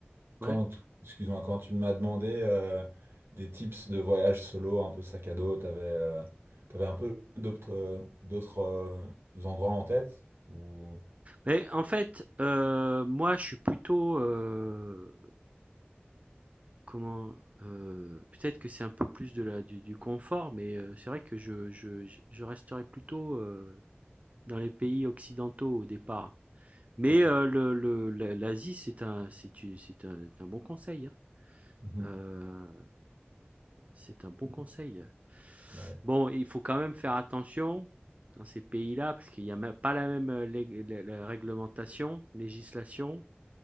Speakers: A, on the right (about 75°); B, on the right (about 35°).
A: quand,
B: ouais,
A: excuse-moi, quand tu m'as demandé euh, des tips de voyage solo, un peu sac à dos, t'avais, euh, t'avais un peu d'autres, euh, d'autres euh, endroits en tête ou...
B: Mais en fait, heu, moi je suis plutôt, heu, comment, heu, peut-être que c'est un peu plus de la du du confort, mais heu, c'est vrai que je je je je resterai plutôt, heu, dans les pays occidentaux au départ. Mais
A: Ok.
B: heu, le le l'A l'Asie c'est un c'est tu, c'est un c'est un bon conseil, hein.
A: Mhm.
B: Euh, c'est un bon conseil.
A: Ouais.
B: Bon, il faut quand même faire attention dans ces pays-là parce qu'il n'y a pas la même euh, lég- lé- lé- réglementation, législation.